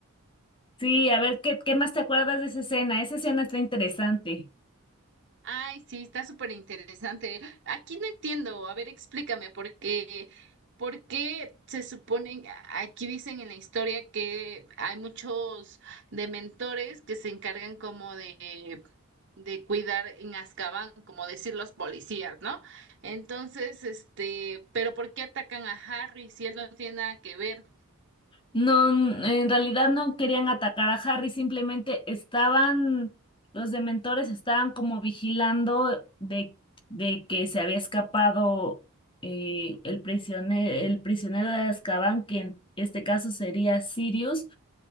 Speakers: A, on the left; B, on the right.
A: Sí, a ver qué qué más te acuerdas de esa escena. Esa escena está interesante.
B: Ay, sí, está súper interesante. Aquí no entiendo. A ver, explícame por qué, por qué se suponen, aquí dicen en la historia que hay muchos dementores que se encargan como de, de cuidar en Azkaban, como decir los policías, ¿no? Entonces, este, pero ¿por qué atacan a Harry si él no tiene nada que ver?
A: No, n- en realidad no querían atacar a Harry, simplemente estaban, los dementores estaban como vigilando de, de que se había escapado eh, el prisionero, el prisionero de Azkaban, que en este caso sería Sirius,